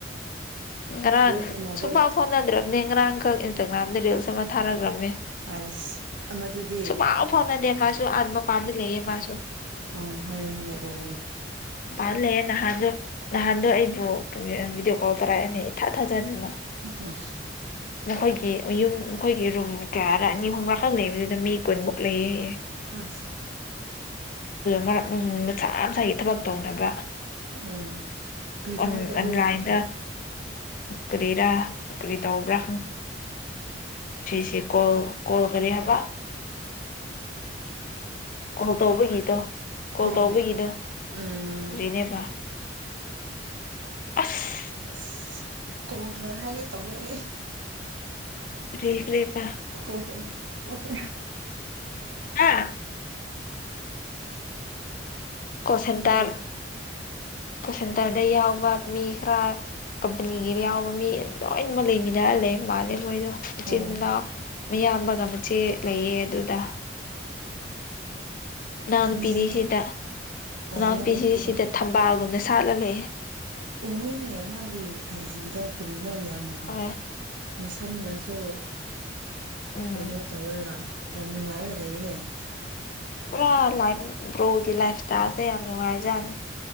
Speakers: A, on the left; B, on the right.
A: ꯉꯔꯥꯡ
B: ꯋꯥꯔꯤ ꯁꯥꯟꯅꯕ꯭ꯔꯣ
A: ꯁꯨꯡꯐꯥꯎ ꯐꯥꯎꯅꯗ꯭ꯔꯕꯅꯦ ꯉꯔꯥꯡꯈꯛ ꯏꯟꯁꯇꯥꯒ꯭ꯔꯥꯝꯗ ꯔꯤꯜꯁ ꯑꯃ ꯊꯥꯔꯈ꯭ꯔꯕꯅꯦ
B: ꯑꯁ ꯑꯃꯗꯨꯗꯤ
A: ꯁꯨꯃꯎ ꯐꯥꯎꯅꯗꯦ ꯃꯥꯁꯨ ꯑꯠꯃ ꯄꯥꯟꯗ ꯂꯩ ꯃꯥꯁꯨ
B: ꯑ ꯍꯣꯏ ꯍꯣꯏ ꯎꯣꯏ
A: ꯃꯄꯥꯥꯟꯜ ꯂꯩꯦ ꯅꯍꯥꯟꯗꯣ ꯅꯍꯥꯟꯗꯣ ꯑꯩꯕꯨ ꯚꯗꯤꯑꯣ ꯀꯣꯜ ꯇꯧꯔꯛꯑꯅꯤ ꯏꯊꯥ ꯊꯥꯖꯅꯤꯅ
B: ꯑꯣ
A: ꯅꯈꯣꯏꯒꯤ ꯃ ꯌꯨꯝ ꯅꯈꯣꯏꯒꯤ ꯔꯨꯝ ꯀꯌꯥꯗ ꯑꯅꯤ ꯑꯨꯝꯕꯥꯈꯛ ꯂꯩꯕꯗꯨꯗ ꯃꯤ ꯀꯨꯟꯃꯨꯛ ꯂꯩꯌꯦꯌꯦ
B: ꯑꯁ
A: ꯃꯔꯛ ꯃꯁꯥ ꯃꯁꯥꯒꯤ ꯊꯕꯛ ꯇꯧꯅꯕ
B: ꯎꯝ ꯀꯔꯤ ꯊꯕꯛ
A: ꯑꯣꯟ
B: ꯇꯧꯕ꯭ꯔꯣ
A: ꯂꯥꯏꯟꯗ
B: ꯃꯥꯗꯤ
A: ꯀꯔꯤꯔꯥ ꯀꯔꯤ ꯇꯧꯕ꯭ꯔꯥ ꯁꯤ ꯁꯤ ꯀꯣꯜ ꯀꯣꯜ ꯀꯍꯦꯕ ꯀꯣꯜ ꯇꯧꯕꯒꯤꯗꯣ ꯀꯣꯜ
B: ꯑꯥ
A: ꯇꯧꯕꯒꯤꯗꯣ
B: ꯎꯝ
A: ꯀꯔꯤꯅꯦꯕ ꯑꯁ
B: ꯑꯁ ꯀꯣꯈꯜ ꯍꯥꯏꯒꯦ ꯇꯧꯋꯦ ꯑꯩ
A: ꯀꯔꯤ ꯀ꯭ꯔꯤꯄꯥ
B: ꯀꯣꯁ ꯀꯣꯁ
A: ꯍꯥꯥ ꯀꯣ ꯁꯦꯟꯇꯔ
B: ꯎꯝ
A: ꯀꯣ ꯁꯦꯟꯇꯔꯗ ꯌꯥꯎꯕ ꯃꯤ ꯈꯔ ꯀꯝꯄꯅꯤꯒꯤ ꯌꯥꯎꯕ ꯃꯤ ꯂꯣꯏꯅꯃꯛ ꯂꯩꯃꯤꯟꯅꯔ ꯂꯩ ꯃꯥꯂꯦ ꯃꯣꯏꯗꯣ ꯃꯆꯤꯟ
B: ꯑꯣ
A: ꯃꯅꯥꯎ ꯃꯌꯥꯝꯕꯒ ꯃꯆꯦ ꯂꯩꯌꯦ ꯑꯗꯨꯗ ꯃꯅꯥꯎꯅꯨꯄꯤꯗꯤ
B: ꯈꯨꯟꯒꯤ
A: ꯁꯤꯗ
B: ꯑꯣ
A: ꯃꯅꯥꯎ
B: ꯃꯅꯥꯎꯅꯨꯄꯤꯔꯣ
A: ꯅꯨꯨꯄꯤꯁꯤꯁꯤꯗ ꯊꯝꯕꯥꯜꯒꯨꯝꯅ ꯁꯥꯠꯂ ꯂꯩꯑꯦ
B: ꯑꯣꯏꯅꯦ ꯃꯥꯒꯤ ꯑꯩꯖꯤꯗ ꯀꯔꯤꯅꯣ ꯌꯥꯝ
A: ꯍꯣꯏ
B: ꯃꯁꯝꯒꯁꯨ
A: ꯎꯝ
B: ꯀꯩꯅꯣ ꯇꯧꯔꯒ ꯌꯥꯝ ꯅꯨꯡꯉꯥꯏꯔꯒ ꯂꯩꯅꯦ
A: ꯄꯨꯔꯥ ꯂꯥꯏꯐ ꯕ꯭ꯔꯣꯒꯤ ꯂꯥꯏꯐ ꯏꯁꯇꯥꯏꯜꯁꯦ ꯌꯥꯝ ꯅꯨꯡꯉꯥꯏꯖꯅꯤ